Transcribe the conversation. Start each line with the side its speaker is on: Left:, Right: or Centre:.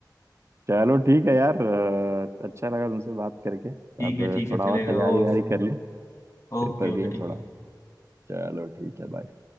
Right: चलो ठीक है यार आ, अच्छा लगा तुमसे बात करके
Left: ठीक
Right: अब
Left: है ठीक है
Right: थोड़ा
Left: चलेगा
Right: और तैयारी
Left: ओ
Right: वैयारी कर ली
Left: ओके
Right: पेपर
Left: ओके
Right: भी है
Left: ठीक
Right: थोड़ा
Left: है
Right: चलो ठीक है बाय